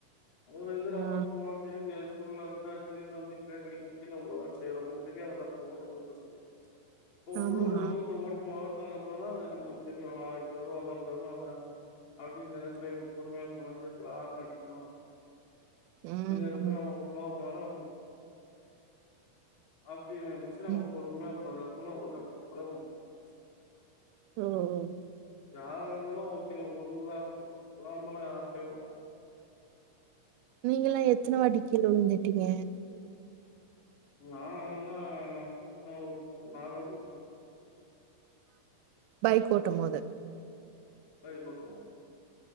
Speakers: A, on the left; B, on the right.
A: ஒரு இதுல
B: ஆ
A: ஓட்டுவோ திரும்பி ஏதாச்சு குறுகலா இந்தா நேர்ல வந்து ப்ரேக் அடிக்கவு கீழ உழதா செய்ரோ உங்களுக்கு தெரியாதில்ல அப்ப ஓட்டம் போது ஃபஸ் இப்ப
B: ஆமா
A: உழுந்து உழுந்து ஓட்டும் போது ஓட்னதுக்கப் அப்பதா அது நம்ளுக்கு தெரியு ஆ இப்டி வருவாங்க அப்டி வருவாங்க அப்டி இந்த எடத்துல இப்டி பொறுமையா போணு இந்த எடத்ல ஆர்ணடிக்கணு
B: ம்
A: இந்த எடத்துல நம்மோ ஸ்லோவா போன தா நம்
B: ம்
A: <unintelligible> <unintelligible> <inaudible>
B: ம் ம்
A: யாராருந்தாலு கீழ உழுந்துதா உழாமலா யார்லயு ஓட்
B: நீங்கெல்லா எத்தன வாட்டி கீழ உழுந்துட்டீங்க
A: நால்லா <unintelligible> மூண் நாலு வாட்டி உழு
B: பைக் ஓட்டம் போது
A: பைக் ஓட்டும் போ